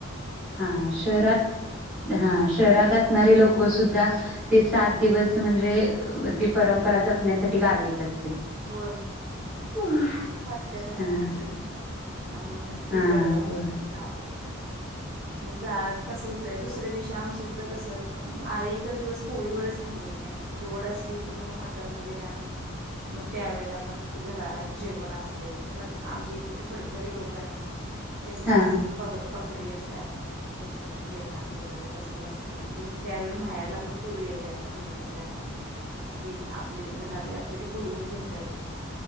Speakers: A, in the centre; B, on the right (about 45°).
A: हा शहरात,
B: हा
A: हा शहरात असणारे लोकं सुद्धा, ते सात दिवस म्हणजे, ती परंपरा जपण्यासाठी गावी येत असतील.
B: होय.
A: <unintelligible>
B: वाटत्या त्या सणाची
A: हा
B: नाय, त्यामुळ
A: हा
B: येत्यात गाव
A: होय
B: गावाला.
A: <inaudible>
B: म जाळात कसं होतंय, दुसऱ्या दिवशी आमच्या इकडं कसं, आ एकच दिवस पोळीवरच थांबत नाहीत. धुलवड असली की, म मटन वगैरे आणून, म त्यावेळेला पण ती घरा जेवण असतय. मग आमच्या इथं ते फडकरी लोकं आहेत. त्यांचं
A: हा
B: ते ब बकरी आसत्यात त्यांचं पण जेवणाच वगैरे तसंच असतय. म ते त्यावेळी माहेरला पण पोरी येत्यात थोड्या थोड्या की, आपले घरातले असते, ते बोलवून घेत्यातच.